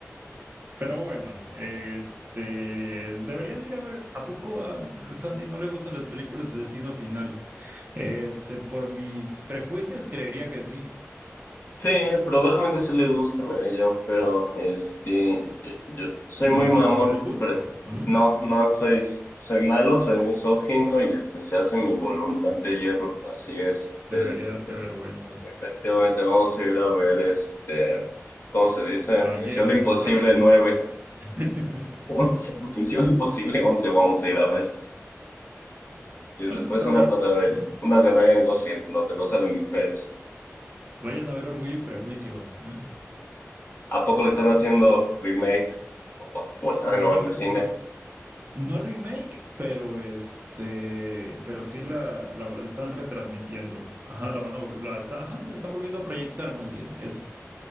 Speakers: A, on the right; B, on the left.
A: Pero bueno, este, deberían ir a ver, ¿a poco a Sandy no le gustan las películas de Destino Final? Este, por mis prejuicios creería que sí,
B: Sí, probablemente se le gustan a ella, pero este, yo, yo soy
A: y no
B: muy
A: le
B: mamón,
A: vas a dar el gusto,
B: pero
A: ¿m?
B: no, no soy, soy malo, soy misógino y este se hace mi voluntad de hierro, así es.
A: Debería
B: Este,
A: darte vergüenza.
B: efectivamente vamos a ir a ver este, ¿cómo se dice?
A: Evangelion
B: Misión Imposible
A: otra vez.
B: nueve,
A: <laughs>
B: once, <laughs> Misión Imposible once, vamos a ir a ver. Y después
A: No, pues está
B: una
A: bien,
B: protagonista,
A: ¿eh?
B: una de Ryan Gosling, donde no salen mujeres.
A: Vayan a ver Orgullo y Prejuicio. ¿eh?
B: ¿A poco le están haciendo remake? ¿O o está
A: No,
B: de nuevo en
A: re-
B: el cine?
A: no, no remake, pero este, pero sí la, la va- están retransmitiendo. Ajá, la van a, vol- la está, ajá, la están volviendo a proyectar más bien, eso.